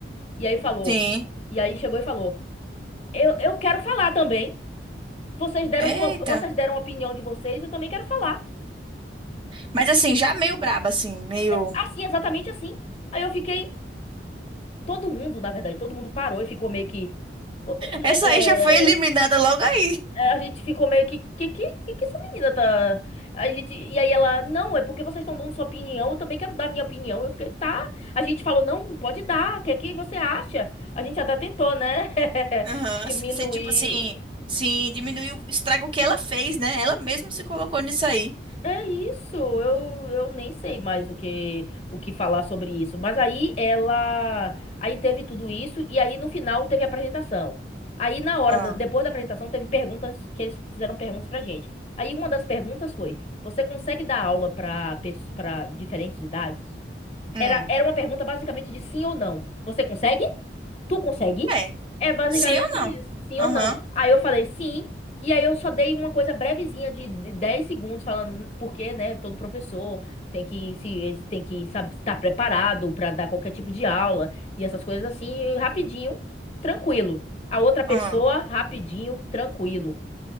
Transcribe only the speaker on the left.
e aí falou.
E aí chegou e falou: Eu, eu quero falar também. Vocês deram
sua, vocês deram a opinião de vocês, eu também quero falar.
Assim, exatamente assim. Aí eu fiquei. todo mundo, na verdade, todo mundo parou e ficou meio que.
é,
é,
é, a gente ficou meio que. Que, que, que que essa menina tá. A gente, e aí ela, não, é porque vocês estão dando sua opinião, eu também quero dar minha opinião. Eu fiquei, tá. A gente falou, não, pode dar, o que é que você acha? A gente até tentou, né? <laughs>
Diminuir.
É isso, eu, eu nem sei mais o que o que falar sobre isso. Mas aí ela, aí teve tudo isso e aí no final teve a apresentação. Aí na hora
da- depois da apresentação teve perguntas que eles fizeram perguntas pra gente. Aí uma das perguntas foi: você consegue dar aula para para diferentes idades?
Era, era uma pergunta basicamente de sim ou não. Você consegue? Tu consegue?
É basicamente
isso,
sim
ou não. Aí eu falei sim, e aí eu só dei uma coisa brevezinha de de 10 segundos falando porque, né, todo professor tem que se tem que saber estar preparado para dar qualquer tipo de aula e essas coisas assim, e rapidinho, tranquilo. A outra pessoa,
rapidinho, tranquilo.